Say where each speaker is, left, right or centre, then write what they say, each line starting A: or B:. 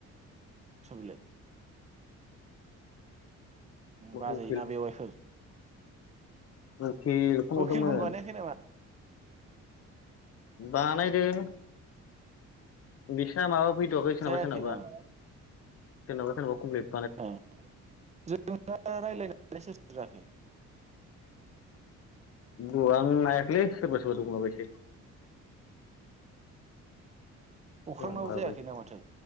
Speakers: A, on the right (about 25°); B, on the left (about 50°).
A: सबिलाय बाजै
B: उखिल
A: ना बेवाइफोर
B: उखिल पन हरदोंमोन।
A: उखिलमोन बानायाखै नामा
B: बानाय दो बिसिना माबा फैथ'आखै सोरनाबा
A: जायाखै
B: सोरनाबा
A: नामा
B: सोरनाबा सोरनाबा खमफ्लित
A: ए जों दा रायज्लायनाया सोर सोर जाखो? <unintelligible>
B: गु आं नायाखैलै सोरबा सोरबा दुलाराय थायो
A: <inaudible> अख्रांनाव
B: दंलाबायसो
A: जायाखैनो माथो